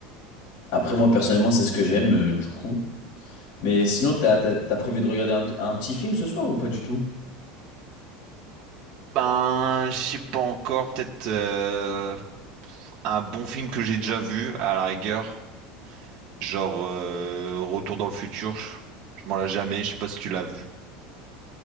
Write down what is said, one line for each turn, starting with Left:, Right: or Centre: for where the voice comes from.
Left: Après, moi, personnellement, c'est ce que j'aime, euh, du coup. Mais sinon, t'as, t'as, t'as prévu de regarder un, un petit film ce soir ou pas du tout?
Right: Ben, je sais pas encore, peut-être euh, un bon film que j'ai déjà vu, à la rigueur. Genre euh, Retour dans le futur, je je m'en l'ai jamais, je sais pas si tu l'as vu.